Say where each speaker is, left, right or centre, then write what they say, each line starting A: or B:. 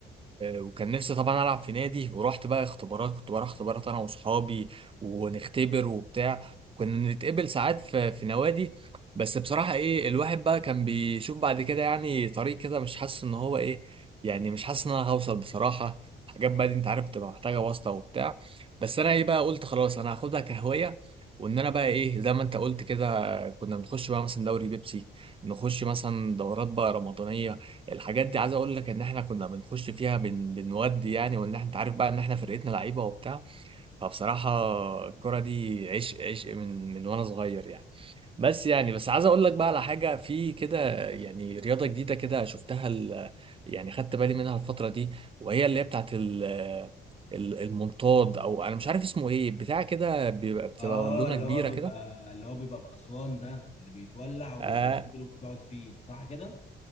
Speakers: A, on the right (about 25°); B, on the left (about 35°).
A: وكان نفسي طبعا العب في نادي ورحت بقى اختبارات كنت بروح اختبارات انا واصحابي ونختبر وبتاع كنا نتقبل ساعات في في نوادي بس بصراحة ايه الواحد بقى كان بيشوف بعد كده يعني طريق كده مش حاسس ان هو ايه يعني مش حاسس ان انا هوصل بصراحة حاجات بقى دي انت عارف تبقى محتاجة واسطة وبتاع بس انا ايه بقى قلت خلاص انا هاخدها كهواية وان انا بقى ايه زي ما انت قلت كده كنا بنخش بقى مثلا دوري بيبسي نخش مثلا دورات بقى رمضانية الحاجات دي عايز اقول لك ان احنا كنا بنخش فيها بن... بنودي يعني وان احنا انت عارف بقى ان احنا فرقتنا لعيبه وبتاع فبصراحه الكره دي عشق عشق من من وانا صغير يعني بس يعني بس عايز اقول لك بقى على حاجه في كده يعني رياضه جديده كده شفتها ال... يعني خدت بالي منها الفتره دي وهي اللي هي بتاعت ال... ال- المنطاد او انا مش عارف اسمه ايه بتاع كده بيبقى بتبقى
B: اه
A: بالونه
B: اللي
A: كبيره
B: هو بيبقى
A: كده
B: اللي هو بيبقى في اسوان ده اللي بيتولع وبيطير
A: آه...
B: وبتقعد فيه صح كده